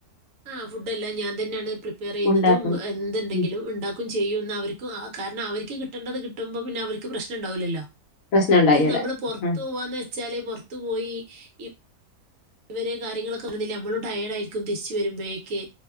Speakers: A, on the right; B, on the left.
A: ആ ഫുഡ്ഡെല്ല ഞാൻ തന്നെണ് പ്രിപ്പയറെയ്യുന്നതും
B: ഉണ്ടാക്കണം
A: എന്തുണ്ടെങ്കിലും
B: ഉം
A: ഉണ്ട ക്കും ചെയ്യും ന്നവർക്ക് ആ കാരണം അവർക്ക് കിട്ടേണ്ടത് കിട്ടുമ്പോ പിന്നവർക്ക് പ്രശ്നണ്ടാവൂല്ലല്ലോ.
B: പ്രശ്നം ഉണ്ടായേല
A: ഇത് നമ്മള് പൊറത്തോവാന്ന്
B: ഉം
A: വെച്ചാല് പൊറത്തു പോയി ഇപ്പ് ഇവരെ കാര്യങ്ങളൊക്കെ നടന്നില്ലേ, നമ്മളും ടയേഡായിരിക്കും തിരിച്ചു വരുബഴേക്ക്